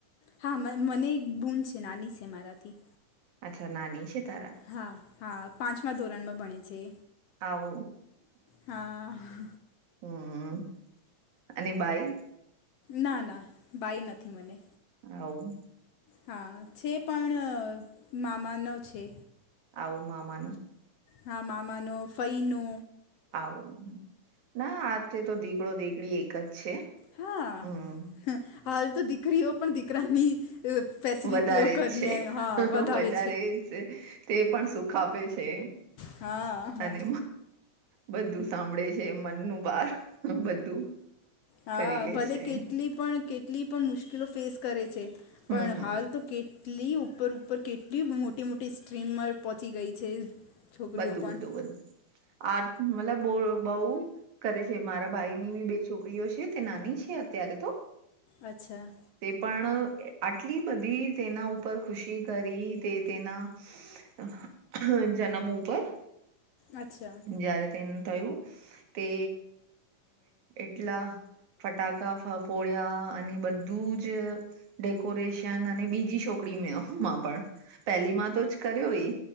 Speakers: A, on the left (about 65°); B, on the right (about 70°).
A: હા મને એક બૂન છે નાની છે મારાથી
B: અચ્છા નાની છે તારા
A: હા હા પાંચમા ધોરણમાં ભણે છે
B: આવ
A: હા
B: હમ અને બાઈ
A: ના ના બાઈ નથી મને
B: હવ
A: હા છે પણ મામા ન છે
B: આવું મામાનું
A: હા મામાનું ફઈ નો
B: આવ ના આજે તો દીકડો દીકડી એક જ છે
A: હા
B: હમ
A: હાલ તો દીકરીઓ પણ દીકરાની ફેસિલિટીઓ
B: વધારે
A: કરીને
B: જ છે
A: હા વધાવે
B: વધારે જ છે તે પણ સુખ આપે છે
A: હા હા
B: અને બધું સાંભળે છે મનનું બાર બધું
A: હા
B: કરી લે
A: ભલે
B: છે.
A: કેટલી પણ કેટલી પણ મુશ્કેલો ફેસ કરે છે
B: હમ
A: પણ
B: હમ
A: હાલ તો કે કેટલી ઉપર ઉપર કેટલી મોટી મોટી સ્ટ્રીમમાં પહોંચી ગઈ છે છોકરીઓ
B: બધું બધું
A: પણ
B: બધું આ મતલબ બ બહુ કરે છે મારા ભાઈ ની બી બે છોકરીઓ છે તે નાની છે અત્યારે તો
A: અચ્છા
B: તે પણ આટલી બધી તેના ઉપર ખુશી કરી તે તેના અ જન્મ ઉપર
A: અચ્છા
B: જયારે તેને થયું તે એટલા ફટાકા ફ ફોડયા અને બધું જ ડેકોરેશન અને બીજી છોકરી મે માં પણ પહેલી માં તો જ કર્યો ય